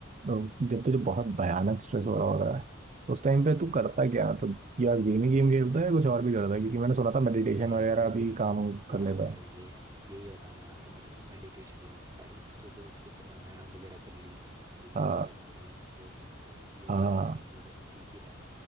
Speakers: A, on the right (about 35°); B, on the right (about 20°).
A: तो जब तुझे बहुत भयानक स्ट्रेस हो रहा होता है तो उस टाइम पे तू करता क्या मतलब या गेम ही गेम खेलता है या कुछ और भी करता है क्योंकि मैंने सुना था मेडिटेशन
B: नहीं
A: वगैरह
B: भाई
A: भी काम
B: हाँ
A: कर लेता
B: भाई
A: है
B: ये यही बताने वाला था मैं तेरे को मेडिटेशन वर्क्स भाई सुबह उठ के प्राणायाम वगैरह कर ली ब्रीद
A: हाँ
B: इन ब्रीद आउट वाली चीज़ें होती है ना जो योगा
A: हाँ
B: कर ली योगा तो सीख ही रहा है